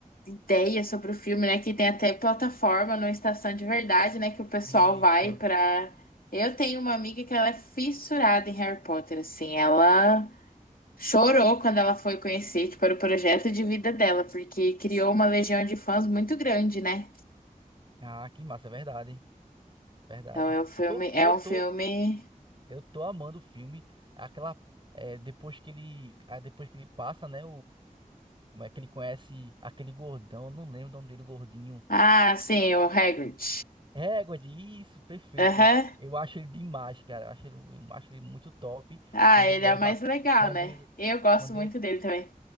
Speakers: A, on the left; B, on the right.
A: ideia sobre o filme, né? Que tem até plataforma numa estação de verdade, né? Que o pessoal
B: Isso.
A: vai pra. Eu tenho uma amiga que ela é fissurada em Harry Potter, assim. Ela chorou quando ela foi conhecer, tipo, era o projeto de vida dela, porque criou uma legião de fãs muito grande, né?
B: Ah, que massa, verdade. Verdade.
A: Então é um filme.
B: Eu,
A: É
B: eu
A: um
B: tô,
A: filme.
B: eu tô amando o filme. Aquela, é, depois que ele, ah, depois que ele passa, né? Como é que ele conhece aquele gordão? Eu Não lembro o nome dele, gordinho.
A: Ah, sim, o Hagrid.
B: égua de isso, perfeito.
A: Aham.
B: Eu acho ele demais, cara. Eu acho ele, eu acho ele muito top.
A: Ah,
B: Quando
A: ele
B: ele leva.
A: é o mais legal,
B: Quando
A: né?
B: ele.
A: Eu gosto
B: Quando
A: muito
B: ele.
A: dele também.